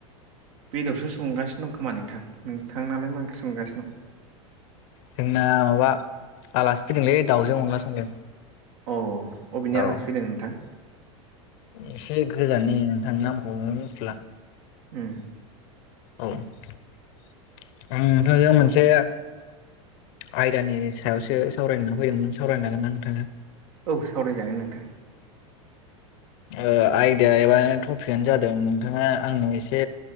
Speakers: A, on the right; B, on the left.
A: बेदरसो संगासिनो दं खोमा नोंथां नोंथांनालाय मा ओंख्रि संगासिनो दं?
B: जोंना माबा आलासि फैदोंलै दाउजों अनला संदों
A: औ अबेनि
B: औ
A: आलासि फैदों नोंथां?
B: एसे गोजाननि नोंथां नामखौबो मिथिला
A: उम
B: औ आं नोंथांजों मोनसे आयदानि सायावसो सावरायनो होनना फैदोंमोन सावरायनो हागोन ना नोंथाङा
A: औ सावराय जागोन नोंथां
B: ओ आयदा एबा टपिकआनो जादों नोंथाङा आंनो एसे